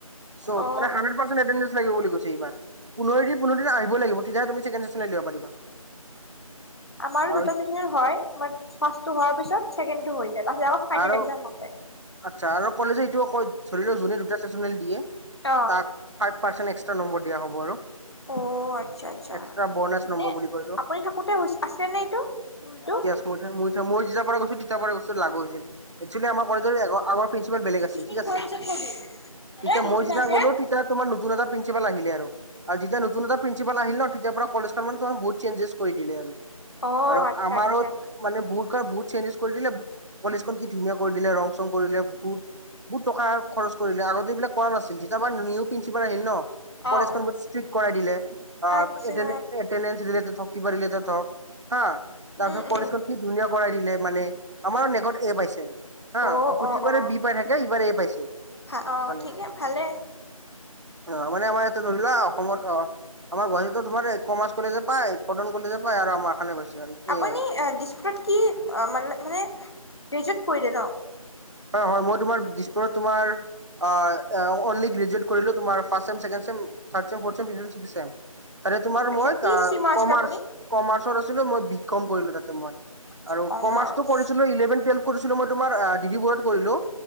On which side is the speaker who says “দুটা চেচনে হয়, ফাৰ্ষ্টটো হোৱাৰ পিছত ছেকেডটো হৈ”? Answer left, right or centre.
Left